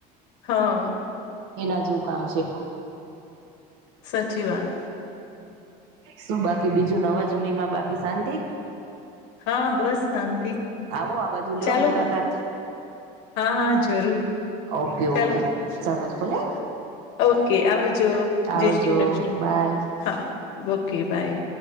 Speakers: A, on the left (about 75°); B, on the right (about 80°).
A: હા
B: એના જેવું કામ છે
A: સાચી વાત
B: શું બાકી બીજું નવા જૂનીમાં બાકી શાંતિ
A: હા બસ શાંતિ
B: આવો આ બાજુ લ્યો
A: ચાલો
B: મુલાકાત
A: હા હા જરૂર
B: ઓકે
A: ચાલો
B: ઓકે ચાલો બોલે
A: ઓકે આવજો
B: આવજો
A: જય શ્રી કૃષ્ણ
B: બાય
A: હા ઓકે બાય